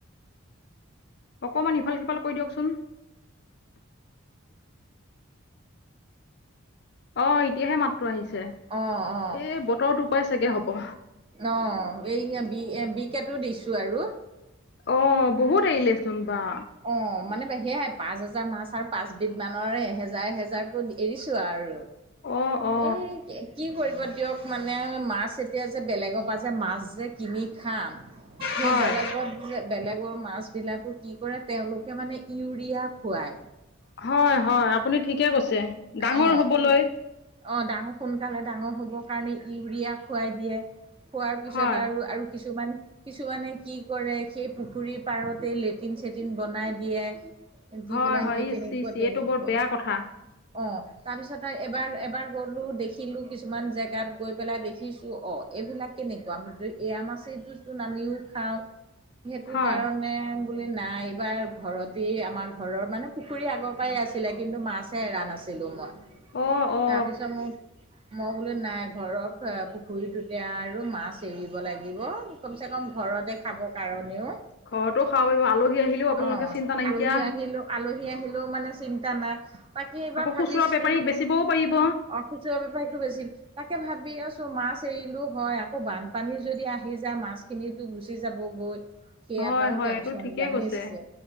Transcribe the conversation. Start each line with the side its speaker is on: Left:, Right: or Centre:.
Left: অকণমান ইফাল-সিফাল কৰি দিয়কচোন। অ, এতিয়াহে মাতটো আহিছে
Right: অঁ অঁ
Left: এই বতৰটো পাই চাগে হব।
Right: অ, এই বি, বি-কেটো দিছো আৰু।
Left: অ, বহুত এৰিলে, চোন বা।
Right: অ, মানে সেয়াই পাঁচ হেজাৰ মাছ আৰু পাঁচবিধ মানৰ এহেজাৰ, এহেজাৰকে এৰিছোঁ আৰু।
Left: অ অ
Right: এই, কি কৰিব দিয়ক, মানে মাছ এতি এতিয়া যে বেলেগৰ পৰা যে মাছ যে কিনি খাম, সেই
Left: হয়
Right: বেলেগত যে বেলেগৰ মাছ বিলাকো কি কৰে, তেওঁলোকে মানে ইউৰিয়া খুৱাই।
Left: হয়, হয়, আপুনি ঠিকে কৈছে, ডাঙৰ
Right: অ'
Left: হ'বলৈ।
Right: ই অ, ডাঙৰ, সোনকালে ডাঙৰ হ'বৰ কাৰণে, ইউৰিয়া খুৱাই দিয়ে। খোৱাৰ পিছত
Left: হয়
Right: আৰু আৰু কিছুমান, কিছুমানে কি কৰে সেই পুখুৰীৰ পাৰতে লেট চেটিন-চেটিন বনাই দিয়ে, দি
Left: হয়
Right: পেলাই
Left: হয়
Right: সেই
Left: ইচ
Right: তেনেকুৱা,
Left: ইচ
Right: তেনেকুৱা।
Left: এইটো বৰ বেয়া কথা
Right: অ, তাৰপিছতে এবাৰ, এবাৰ গলোঁ, দেখিলো কিছুমান জেগাত গৈ পেলাই দেখিছোঁ অ, এইবিলাক কেনেকুৱা, এৰা মাছেটোতো আমিও খাওঁ। সেইটো
Left: হয়
Right: কাৰণে, বুলি নাই। এইবাৰ ঘৰতে, আমাৰ ঘৰৰ মানে পুখুৰী আগৰ পৰাই আছিলে, কিন্তু মাছেহে এৰা নাছিলো মই?
Left: অ অ
Right: তাৰপিছত মোৰ মই বোলো নাই, ঘৰৰ পুখুৰীটোতে আৰু মাছ এৰিব লাগিব। কমচে কম, ঘৰতে খাব কাৰণেও
Left: ঘৰতো খাব পাৰিব আলহী আহিলেও আপোনালোকে
Right: অ,
Left: চিন্তা নাইকিয়া
Right: আলহি, আহিলেও আলহী, আহিলেও মানে চিন্তা নাই, বাকী এইবাৰ
Left: আকৌ
Right: ভাবিছো
Left: খুচুৰা বেপাৰীক বেচিবও পাৰিব
Right: খুচুৰা বেপাৰীটো বেছি। তাকে ভাবি আছো, মাছ এৰিলো হয়, আকৌ বানপানী যদি আহি যায়, মাছ খিনিতো গুচি যাব গৈ, সেই
Left: হয়
Right: এটাও
Left: হয়
Right: টেনচন
Left: এইটো ঠিকেই
Right: জানিছ
Left: কৈছে
Right: যে,